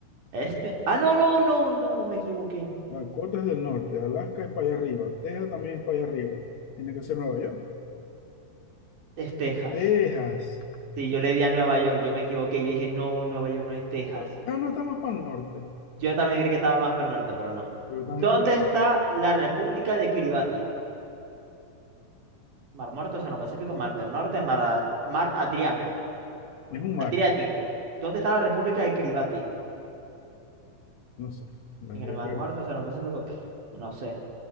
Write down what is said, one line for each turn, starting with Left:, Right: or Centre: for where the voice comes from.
Right: Este. Ah, no, no, no, no, me equivoqué.
Left: Dakota es del norte, Alaska es para allá arriba, Texas también es para allá arriba. Tiene que ser Nueva York.
Right: Es Texas.
Left: Texas.
Right: Sí, yo le di a Nueva York, yo me equivoqué. Yo dije, no, Nueva York no es Texas.
Left: Pero Texas no está más para el norte,
Right: Yo también creí que estaba más para el norte, pero no.
Left: pero están
Right: ¿Dónde
Left: equivocados.
Right: está la República de Kiribati? Mar Muerto, Océano Pacífico, Mar del Norte, Mar, A- Mar Adriaco-
Left: Es un mar,
Right: Adriático. ¿Dónde está la República de Kiribati?
Left: no sé. La
Right: En
Left: voy
Right: el
Left: a
Right: Mar
Left: pegar.
Right: Muerto, Océano Pacífico. Pff, no sé.